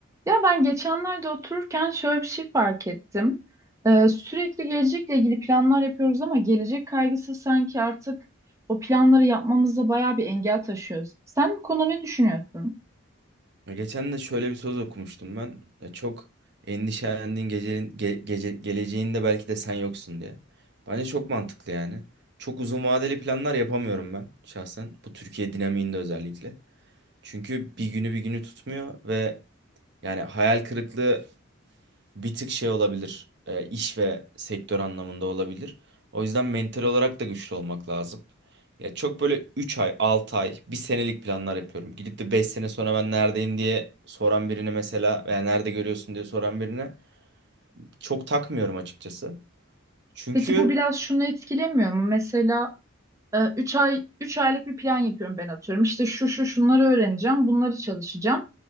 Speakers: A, on the right; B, on the right.
A: Ya ben geçenlerde otururken şöyle bir şey fark ettim. Ee, sürekli gelecekle ilgili planlar yapıyoruz ama gelecek kaygısı sanki artık o planları yapmamızda bayağı bir engel taşıyoruz. Sen bu konuda ne düşünüyorsun?
B: Ya Geçen de şöyle bir söz okumuştum ben. Ya çok endişelendiğin gece, ge- gece, geleceğinde belki de sen yoksun diye. Bence çok mantıklı yani. Çok uzun vadeli planlar yapamıyorum ben şahsen. Bu Türkiye dinamiğinde özellikle. Çünkü bir günü bir günü tutmuyor ve yani hayal kırıklığı bir tık şey olabilir. e, iş ve sektör anlamında olabilir. O yüzden mental olarak da güçlü olmak lazım. Ya çok böyle 3 ay, 6 ay, bir senelik planlar yapıyorum. Gidip de 5 sene sonra ben neredeyim diye soran birine mesela veya nerede görüyorsun diye soran birine çok takmıyorum açıkçası. Çünkü
A: Peki bu biraz şunu etkilemiyor mu? Mesela 3 ay 3 aylık bir plan yapıyorum ben atıyorum. İşte şu şu şunları öğreneceğim, bunları çalışacağım.